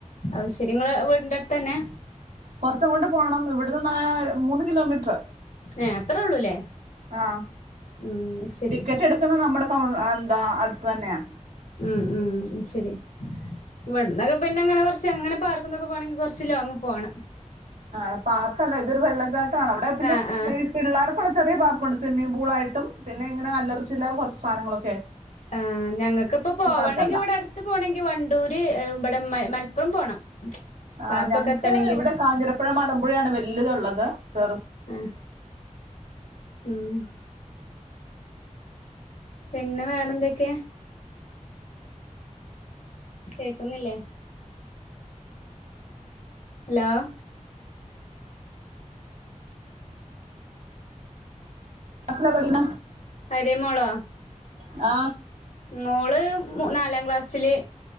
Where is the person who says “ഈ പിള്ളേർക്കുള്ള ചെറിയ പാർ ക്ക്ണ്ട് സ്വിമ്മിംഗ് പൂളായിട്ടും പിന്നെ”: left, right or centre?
Right